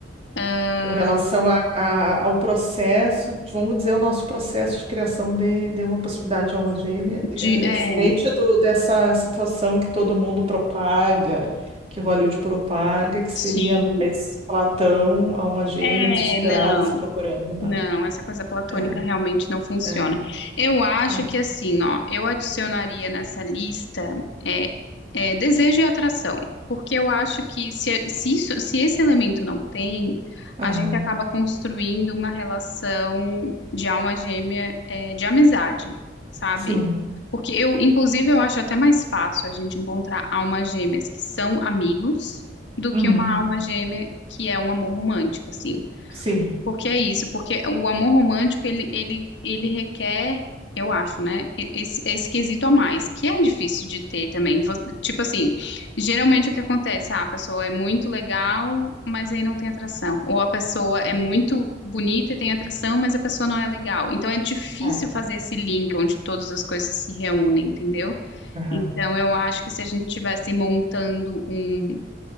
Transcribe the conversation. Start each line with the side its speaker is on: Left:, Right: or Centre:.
Left: Ah,
Right: com relação a, a- ao processo, vamos dizer, o nosso processo de criação de, de uma possibilidade de alma gêmea,
Left: de,
Right: é
Left: é,
Right: diferente do, dessa situação que todo mundo propaga, que Hollywood propaga, que seria
Left: sim.
Right: mais Platão, alma gêmea,
Left: É,
Right: desesperada,
Left: não.
Right: se procurando, não.
Left: Não, essa coisa platônica
Right: É,
Left: realmente não funciona.
Right: é,
Left: Eu acho
Right: é.
Left: que assim, ó, eu adicionaria nessa lista é, é, desejo e atração, porque eu acho que se, se isso, se esse elemento não tem,
Right: Aham.
Left: a gente acaba construindo uma relação de alma gêmea, é, de amizade, sabe?
Right: Sim.
Left: Porque eu, inclusive, eu acho até mais fácil a gente encontrar almas gêmeas que são amigos do
Right: Uhum.
Left: que uma alma gêmea que é um amor romântico, assim.
Right: Sim.
Left: Porque é isso, porque o amor romântico, ele, ele, ele requer, eu acho, né, e- esse, esse quesito a mais, que é difícil de ter também. Vo- Tipo assim, geralmente o que acontece, ah, a pessoa é muito legal, mas aí não tem atração. Ou a pessoa é
Right: Uhum.
Left: muito bonita e tem atração, mas a pessoa não é legal. Então é difícil
Right: É.
Left: fazer esse link onde todas as coisas se reúnem, entendeu?
Right: Aham.
Left: Então eu acho que se a gente estivesse montando um,